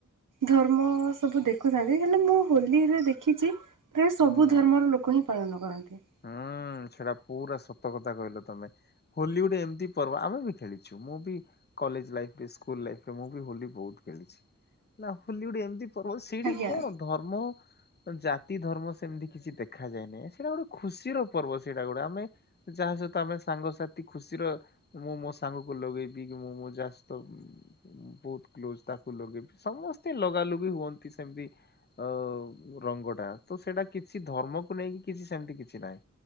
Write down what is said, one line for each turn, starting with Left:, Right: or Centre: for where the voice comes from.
Right: ଧର୍ମ ସବୁ ଦେଖୁଥାନ୍ତି, ହେଲେ ମୁଁ ହୋଲିରେ ଦେଖିଚି ପ୍ରାୟେ ସବୁ
Left: ହଁ
Right: ଧର୍ମର ଲୋକ ହିଁ ପାଳନ କରନ୍ତି।
Left: ହୁଁ, ସେଟା ପୁରା ସତ କଥା କହିଲ ତମେ। ହୋଲି ଗୋଟେ ଏମତି ପର୍ବ, ଆମେ ବି ଖେଳିଛୁ। ମୁଁ ବି କଲେଜ ଲାଇଫରେ, ସ୍କୁଲ ଲାଇଫରେ, ମୁଁ ବି ହୋଲି ବହୁତ ଖେଳିଛି। ନାଁ, ହୋଲି ଗୋଟେ ଏମତି ପର୍ବ ସେଇଟି
Right: ଆଜ୍ଞା
Left: କଣ ଧର୍ମ, ଜାତି, ଧର୍ମ ସେମିତି କିଛି ଦେଖାଯାଏନେଇ। ସେଇଟା ଗୋଟେ ଖୁସିର ପର୍ବ ସେଇଟା ଗୋଟେ। ଆମେ ଯାହା ସହିତ ଆମେ ସାଙ୍ଗସାଥି ଖୁସିର ମୁଁ ମୋ ସାଙ୍ଗକୁ ଲଗେଇବି କି, ମୁଁ ମୋ ଯାହା ସହିତ ଉମ୍ ଉମ୍ ବହୁତ କ୍ଲୋଜ ତାକୁ ଲଗେଇବି, ସମସ୍ତିଙ୍କି ଲଗା ଲୁଗି ହୁଅନ୍ତି ସେମତି ଆଉ ରଙ୍ଗଟା, ତ ସେଇଟା କିଛି, ଧର୍ମକୁ ନେଇକି କିଛି, ସେମତି କି କିଛି ନାହିଁ।